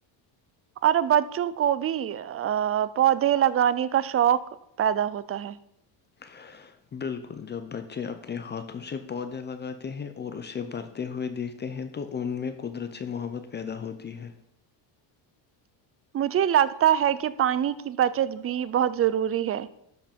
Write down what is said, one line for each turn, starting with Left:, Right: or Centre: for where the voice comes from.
Right: اور بچوں کو بھی پودے لگانے کا شوق پیدا ہوتا ہے
Left: <unintelligible> بالکل جب بچے اپنے ہاتھوں سے پودے لگاتے ہیں اور اسے بھرتے ہوئے دیکھ ہیں تو ان میں قدرت سے محبت پیدا ہوتی ہے
Right: مجھے لگتا ہے کہ پانی کی بچت بھی بہت ضروری ہے